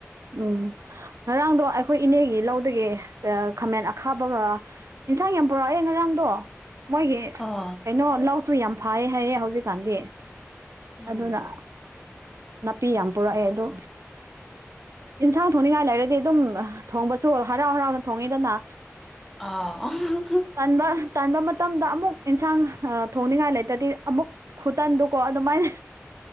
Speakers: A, on the right; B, in the centre.
A: ꯎꯝ ꯉꯔꯥꯡꯗꯣ ꯑꯩꯈꯣꯏ ꯏꯅꯦꯒꯤ ꯂꯧꯗꯒꯤ ꯑꯥ ꯈꯥꯃꯦꯟ ꯑꯈꯥꯕꯒ ꯏꯟꯁꯥꯡ ꯌꯥꯝ ꯄꯨꯔꯛꯑꯦ ꯉꯔꯥꯡꯗꯣ ꯃꯣꯏꯒꯤ
B: ꯑꯣ
A: ꯀꯩꯅꯣ ꯂꯧꯁꯨ ꯌꯥꯝ ꯐꯩ ꯍꯥꯏꯌꯦ ꯍꯧꯖꯤꯛꯀꯥꯟꯗꯤ
B: ꯎꯝ
A: ꯑꯗꯨꯅ ꯅꯥꯄꯤ ꯌꯥꯝ ꯄꯨꯔꯛꯑꯦ ꯑꯗꯣ ꯏꯟꯁꯥꯡ ꯊꯣꯡꯅꯤꯡꯉꯥꯏ ꯂꯩꯔꯗꯤ ꯑꯗꯨꯝ ꯊꯣꯡꯕꯁꯨ ꯍꯔꯥꯎ ꯍꯔꯥꯎꯅ ꯊꯣꯡꯉꯦꯗꯅ
B: <unintelligible>
A: ꯇꯟꯕ ꯇꯟꯕ ꯃꯇꯝꯗ ꯑꯃꯨꯛ ꯏꯟꯁꯥꯡ ꯊꯣꯡꯅꯤꯡꯉꯥꯏ ꯂꯩꯇꯗꯤ ꯑꯃꯨꯛ ꯈꯨꯇꯟꯗꯨꯀꯣ ꯑꯗꯨꯃꯥꯏꯅ